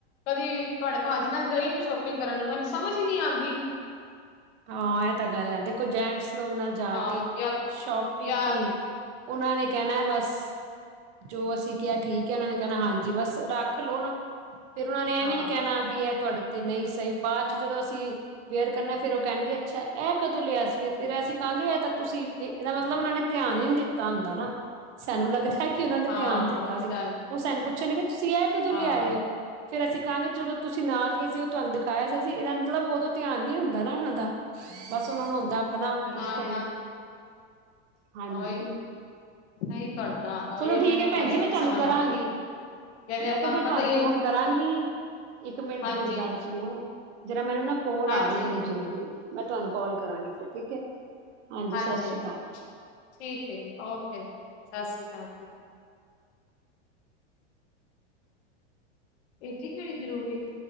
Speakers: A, on the left; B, on the right.
A: ਕਦੀ ਤੁਹਾਡੇ ਭਾਅਜੀ ਨਾਲ ਗਏ ਨੀ ਸ਼ੋਪਿੰਗ ਕਰਨ ਮੈਨੂੰ ਸਮਝ ਹੀ ਨੀ ਆਉਂਦੀ।
B: ਹਾਂ ਇਹ ਤਾਂ ਗੱਲ ਹੈ ਦੇਖੋ ਜੈਂਟਸ ਨੂੰ ਨਾਲ ਜਾ
A: ਹਾਂ
B: ਕੇ
A: ਯਾ
B: ਸ਼ੋਪਿੰਗ
A: ਯਾ
B: ਕੀ- ਉਹਨਾਂ ਨੇ ਕਹਿਣਾ ਹੈ ਬਸ- ਜੋ ਅਸੀਂ ਕਿਹਾ ਠੀਕ ਹੈ ਉਹਨਾਂ ਨੇ ਕਹਿਣਾ ਹਾਂਜੀ ਬਸ ਰੱਖ ਲਓ ਨਾ। ਫਿਰ ਉਹਨਾ ਨੇ
A: ਹਾਂ,
B: ਇਹ ਵੀ ਨੀ ਕਹਿਣਾ ਵੀ ਇਹ ਤੁਹਾਡੇ ਤੇ ਨਹੀਂ ਸਹੀ ਬਾਅਦ ਚ ਜਦੋਂ ਅਸੀਂ ਵੇਐਰ ਕਰਨਾਂ। ਫੇਰ ਉਹ ਕਹਿਣਗੇ ਅੱਛਾ ਇਹ ਕਦੋਂ ਲਿਆ ਸੀ ਫੇਰ ਅਸੀਂ ਕਹਾਂਗੇ ਇਹ ਤਾਂ ਤੁਸੀਂ ਇਹਦਾ ਮਤਲਬ ਉਹਨਾਂ ਨੇ ਧਿਆਨ ਹੀ ਨਹੀਂ ਦਿੱਤਾ। ਤਾ ਹੁੰਦਾ ਨਾ ਸਾਨੂੰ ਲੱਗਦਾ ਹੈ ਕਿ ਉਹਨਾਂ ਨੇ
A: ਹਾਂ
B: ਧਿਆਨ ਦਿੱਤਾ
A: ਉਹੀ
B: ਸੀ।
A: ਗੱਲ
B: ਉਹ ਸਾਨੂੰ ਪੁੱਛਣਗੇ ਤੁਸੀਂ ਆ ਕਦੋਂ
A: ਹਾਂ
B: ਲਿਆ ਆਏ ਹੋ। ਫੇਰ ਅਸੀਂ ਕਹਾਂਗੇ ਜਦੋਂ ਤੁਸੀਂ ਨਾਲ ਗਏ ਸੀ ਉਹ ਤੁਹਾਨੂੰ ਦਿਖਾਇਆ ਸੀ ਇਹਦਾ ਮਤਲਬ ਉਦੋਂ ਧਿਆਨ ਨਹੀਂ- ਹ ਨਾ ਉਹਨਾਂ ਦਾ ਬਸ ਉਹਨਾਂ ਨੂੰ ਹੁੰਦਾ ਆਪਣਾ
A: ਨਾ-ਨਾ
B: ਉਸ ਟਾਈਮ। ਹਾਂਜੀ
A: ਉਹੀ ਨਹੀਂ ਤੁਹਾਡੇ ਨਾਲ
B: ਚਲੋ
A: ਉਹੀ
B: ਠੀਕ
A: ਮੈਨੂੰ
B: ਹੈ
A: ਤੇ
B: ਭੈਣ
A: ਵੈਸੇ
B: ਜ ਮੈਂ
A: ਨੀ
B: ਤੁਹਾਨੂੰ
A: ਸਮਝ
B: ਕਰਾਂਗੀ।
A: ਆਂਦੀ ਜਦ
B: ਮੈਂ ਕਿਹਾ। ਫੇਿਰ
A: ਪਤਾ
B: ਤੁਹਾਨੂੰ
A: ਹੀ
B: ਫੋਨ
A: ਹੈ।
B: ਕਰਾਗੀ। ਇੱਕ ਮਿੰਟ।
A: ਹਾਂਜੀ,
B: ਮੇਰੀ ਗੱਲ ਸੁਣੋ। ਜਰਾ। ਮੈਨੂੰ ਨਾ। ਕੋਲ
A: ਹਾਂਜੀ,
B: ਆ ਰਹੀ। ਬੜੀ ਜ਼ਰੂਰੀ। ਮੈਂ ਤੁਹਾਨੂੰ ਕਾਲ ਕਰਾਂਗੀ। ਫੇ ਠੀਕ ਹੈ।
A: ਹਾਂਜੀ।
B: ਸਤਿ ਸ਼੍ਰੀ
A: ਹਾਂਜੀ।
B: ਅਕਾਲ
A: ਠੀਕ ਹੈ ਜੀ। ਓਕੇ ਜੀ ਸਤਿ ਸ਼੍ਰੀ ਅਕਾਲ ਜੀ। ਇਹ ਜੀਹੜੀ ਜ਼ਰੂਰੀ ਹੈ।